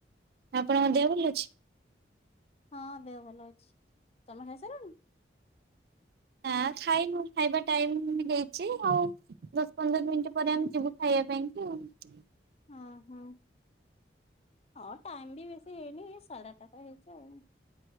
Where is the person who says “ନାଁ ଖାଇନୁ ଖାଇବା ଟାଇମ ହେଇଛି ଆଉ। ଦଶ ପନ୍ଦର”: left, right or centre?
Right